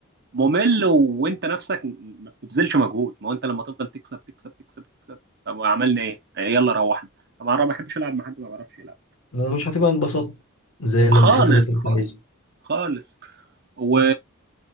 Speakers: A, on the right; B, on the left.
A: ممل و- وانت نفسك م- ما بتبذلش مجهود ما هو انت لما تفضل تكسب تكسب تكسب تكسب طب وعملنا ايه آه، يلا روحنا طبعا انا ما بحبش العب مع حد ما بيعرفش يلعب
B: ومش هتبقى انبساط زي الانبساط
A: خالص
B: اللي انت كنت
A: خالص
B: عايزه
A: خالص و